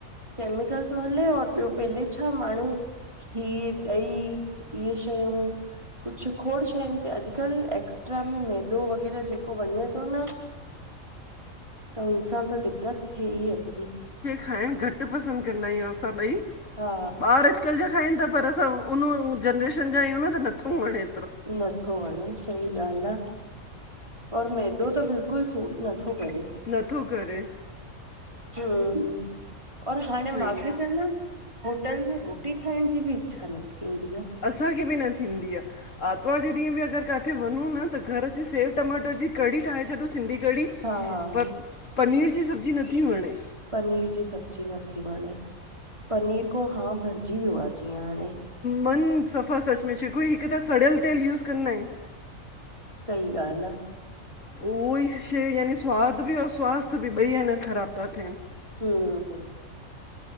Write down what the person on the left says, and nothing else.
खाइड़ घट पसन्द कंदा आयूं असां ॿई,
ॿार अॼकल जा खाइन ता पर असां उन जनरेशन जा आयूं न, त नथो वंणे
नथो करे।
सही
आहे
असांखे बि न थींदी आ। आतवार जे ॾींअ बि अगर काथे वनूं न त, घर अची सेव टमाटर जी कढ़ी ठाए छॾूं, सिंधी कढ़ी
पर, पनीर जी सब्जी नथी वणे।
मन, सफ़ा सच में, छोकीई हिक त सड़यल तेल यूस कंदा आइन
उओई शय यानी, स्वाद बि और स्वास्थ बि ॿई एन ख़राब ता थेन